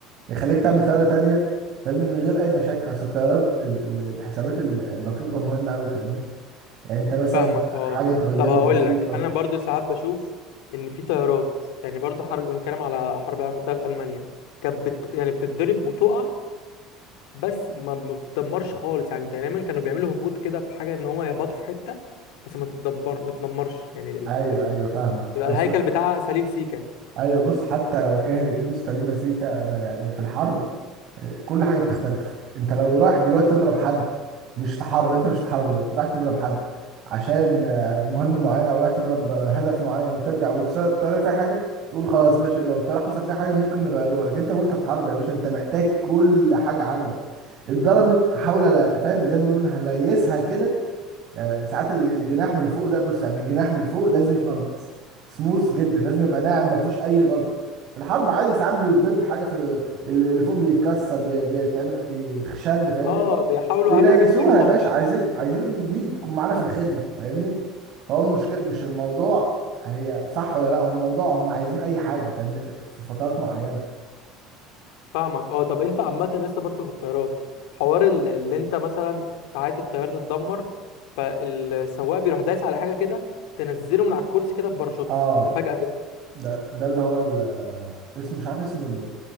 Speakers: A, on the right; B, on the left.
A: يخليك تعمل طيارة تانية فاهمني من غير اي مشاكل اصل الطيارات ال- ال- الحسابات الدقيقة مهمة قوي فاهمني يعني انت مثلا
B: فاهمك اه
A: حاجه اتغيرت
B: طب هقول
A: بسيطه
B: لك انا برضو ساعات بشوف ان في طيارات يعني برضو حرب انا كلام على حرب العالمية- طيارة المانيا كانت بت... يعني بتتضرب وتقع بس ما, ما بتتدمرش خالص يعني دايما كانوا بيعملوا هبوط كده بحاجه ان هو يبطوا في حته بس ما تتدمر ما تتدمرش يعني ال-
A: ايوه
B: بت-
A: ايوه فاهمك
B: يبقى
A: اصل
B: الهيكل بتاعها سليم سيكا
A: ايوه بص حتى لو كانت مستلمه سيكه انا يعني في الحرب كل حاجه بتختلف انت لو رايح دلوقتي تضرب حد مش في حرب انت مش في حرب دلوقتي رايح تضرب حد عشان آه، مهمه معينه او رايح تضرب آه، هدف معين وترجع وترى فيها حاجه تقول خلاص ماشي لو ترى حصل فيها حاجه ممكن يغيروها لكن انت وانت في حرب يا باشا انت محتاج كل حاجه عندك اتضربت حاول ألا- فاهم زي ما بيقولوا هليسها كده آه، ساعات ال- الجناح من فوق ده بص يعني الجناح من فوق لازم يبقى س- سموث جدا لازم يبقى ناعم ما فيهوش اي غلطه في الحرب عادي ساعات بيتضرب حاجه في ال- اللي فوق بيتكسر بي- بيتعمل بيخشن فاهمني
B: اه بيحاولوا
A: بيليسوها
B: اهم حاجه تطير وخلاص
A: يا باشا عايزين عايزين ان دي تكون معانا في الخدمه فاهمني فهو المشكله مش الموضوع هي صح ولا لا هم موضوع هم عايزين اي حاجه فاهمني في في فترات معينه
B: فاهمك اه طب انت عامة لسه برضو في الطيارات حوار ال- اللي انت مثلا ساعات الطيارة تتدمر فالسواق بيروح دايس على حاجة كده تنزله من على الكرسي كده بباراشوت
A: اه
B: ده فجأة كده
A: ده ده اللي هو ال- اسمه مش عارف اسمه